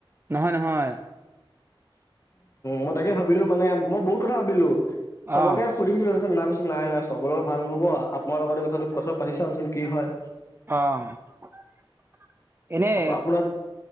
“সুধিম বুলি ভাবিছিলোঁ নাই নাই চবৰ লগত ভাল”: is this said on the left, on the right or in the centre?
Left